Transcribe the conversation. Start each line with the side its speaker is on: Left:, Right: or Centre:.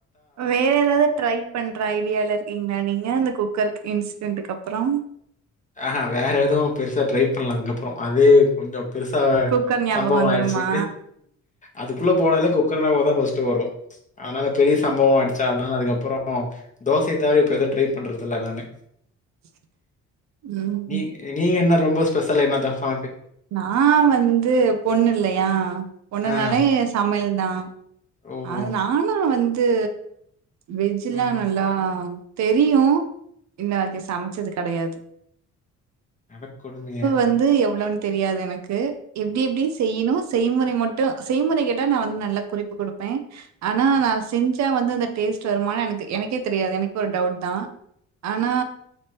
Right: வேற ஏதாவது ட்ரை பண்ற ஐடியால இருக்கீங்களா நீங்க அந்த குக் குக்கர்க் இன்சிடென்ட்டுக்கு அப்புறோ
Left: அ ஹா வேற எதுவு பெருசா ட்ரை பண்ல அதுக்கப்றோ அதே கொஞ்சோ பெருசா
Right: குக்கர் ஞாபகம்
Left: சம்பவோ
Right: வந்துருமா
Left: ஆயிடுச்சு அதுக்குள்ள போனாலே குக்கர் ஞாபகோதா ஃபஸ்ட்டு வரு அதனால பெரிய சம்பவோ ஆயிடுச்சா அதனால அதுக்கப்றோ தோசைய தவர இப்ப எதுவு ட்ரை பண்றதுல்ல நானு
Right: <inaudible> ம்
Left: நீ நீங்க என்ன ரொம்ப ஸ்பெசல் என்னத்த ஃப
Right: நா வந்து பொண்ணுல்லையா பொண்ணுனால
Left: ஆஹா.
Right: சமையல் நா
Left: ஓஹோ!
Right: அ நானா வந் து வெஜ்ல்லா
Left: ம்.
Right: நல்லா தெரியு இன்ன வரைக்கு சமைச்சது கடையாது
Left: அட கொடுமையே
Right: வந்து எவ்வளோன்னு தெரியாது எனக்கு எப்டி எப்டி செய்ணு செய்முறை மட்டு செய்முறை கேட்ட நா வந்து நல்ல குறிப்பு குடுப்பே
Left: ம்.
Right: ஆனா நா செஞ் ச்ச வந்து அந்த டேஸ்ட் வருமானனு எனக்கு எனக்கே தெரியாது எனக்கு ஒரு டவுட் தா ஆனா